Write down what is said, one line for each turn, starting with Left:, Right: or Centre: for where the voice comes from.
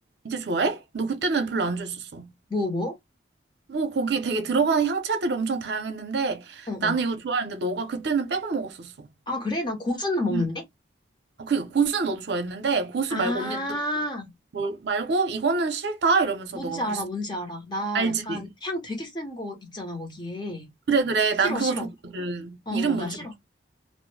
Right: 이제 좋아해? 너 그때는 별로 안 좋아했었어.
Left: 뭐, 뭐?
Right: 뭐, 거기 되게 들어가는 향채들이 엄청 다양했는데,
Left: 어어.
Right: 나는 이거 좋아했는데, 너가 그때는 빼고 먹었었어.
Left: 아, 그래? 난 고수는 먹는데?
Right: 응. 어, 그니까, 고수는 너도 좋아했는데, 고수
Left: 아,
Right: 말고, 언니, 너, 뭘 말고, 이거는 싫다? 이러면서
Left: 뭔지
Right: 너가
Left: 알아,
Right: 그랬어.
Left: 뭔지 알아. 나
Right: 알지?
Left: 약간 향 되게 센 거 있잖아, 거기에.
Right: 그래, 그래.
Left: 싫어,
Right: 난 그거
Left: 싫어.
Right: 좋거든.
Left: 어어,
Right: 이름 뭔지
Left: 나 싫어. 어.